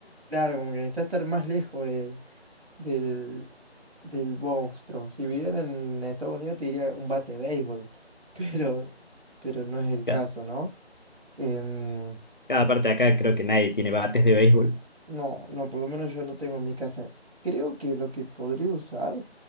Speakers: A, on the right; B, on the left.
A: Claro, como que necesita estar más lejos del del, del monstruo. Si viviera en Estados Unidos te diría un bate de béisbol, <laughs> pero, pero no es el
B: Cada,
A: caso, ¿no? Em,
B: cada parte de acá creo que nadie tiene bates de béisbol.
A: no, no, por lo menos yo no tengo en mi casa. Creo que lo que podría usar,